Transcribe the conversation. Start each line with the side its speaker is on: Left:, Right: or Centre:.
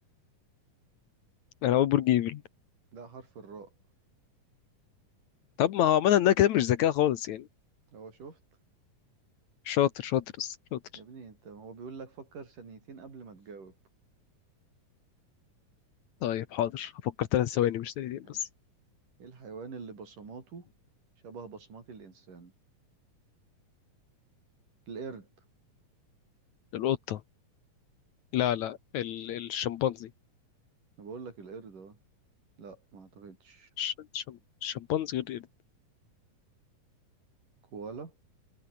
Left: انا اقول برج ايفل
Right: لا حرف الراء
Left: طب ما هو عملنا ده كده مش ذكاء خالص يعني
Right: هو شفت
Left: شاطر شاطر بس شاطر
Right: يا ابني انت هو بيقول لك فكر ثانيتين قبل ما تجاوب
Left: طيب حاضر هفكر ثلاث ثواني مش ثانيتين
Right: ماشي
Left: بس
Right: ايه الحيوان اللي بصماته شبه بصمات الانسان القرد
Left: القطه لا لا ال... الشمبانزي
Right: انا بقول لك القرد اه لا ما اعتقدش
Left: الش- الشم- الشمبانزي غير
Right: كوالا